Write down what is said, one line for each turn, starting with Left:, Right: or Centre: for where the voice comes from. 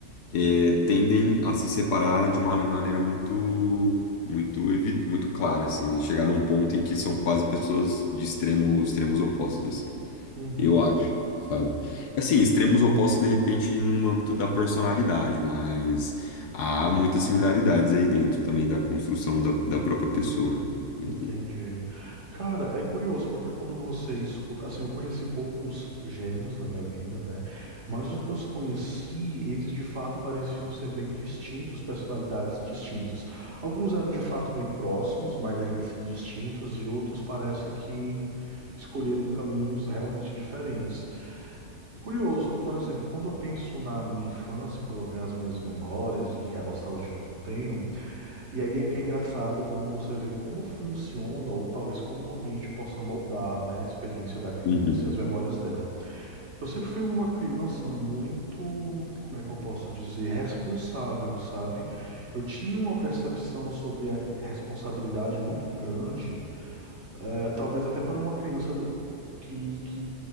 Left: eh, tendem a se separar de uma maneira muito, muito, evi- muito clara, assim, né? chegar num ponto em que são quase pessoas de extremo, extremos opostos, assim.
Right: Uhum.
Left: Eu acho, sabe? É Assim, extremos opostos, de repente, no âmbito da personalidade, mas há muitas similaridades aí dentro também da construção da, da própria pessoa, né? Sem
Right: Entendi.
Left: dúvida.
Right: Cara, é curioso, porque quando você escuta. Assim, eu conheci poucos gêmeos na minha vida, né? Mas os que eu conheci, eles de fato pareciam ser bem distintos, personalidades distintas. Alguns eram de fato bem próximos, mas ainda assim distintos, e outros parece que escolheram caminhos realmente diferentes. Curioso, por exemplo, quando eu penso na minha infância, quando eu venho as minhas memórias e a nostalgia que eu tenho. E aí é que é engraçado como você vê como funciona, ou talvez como o ambiente possa moldar, né, a experiência da criança
Left: Uhum,
Right: e as memórias dela. Eu sempre fui uma criança muito, como é que eu posso dizer, responsável, sabe? Eu tinha uma percepção sobre a responsabilidade muito grande é, talvez até para uma criança que, que